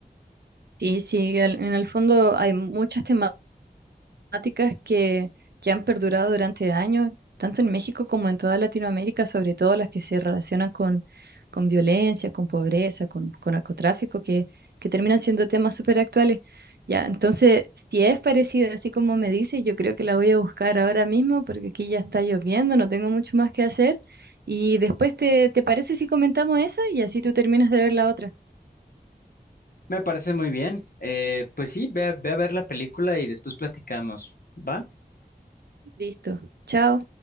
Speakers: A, on the right (about 75°); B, on the left (about 60°).
A: Sí, sí, al- en el fondo hay muchas temáticas. temáticas que, que han perdurado durante años, tanto en México como en toda Latinoamérica, sobre todo las que se relacionan con, con violencia, con pobreza, con, con narcotráfico, que, que terminan siendo temas súper actuales. Ya, entonces, si es parecida, así como me dice, yo creo que la voy a buscar ahora mismo porque aquí ya está lloviendo, no tengo mucho más que hacer. Y después, ¿te, te parece si comentamos esa? Y así tú terminas de ver la otra.
B: Me parece muy bien. Eh, pues sí, ve, a- ve a ver la película y después platicamos. ¿Va?
A: Listo. Chao.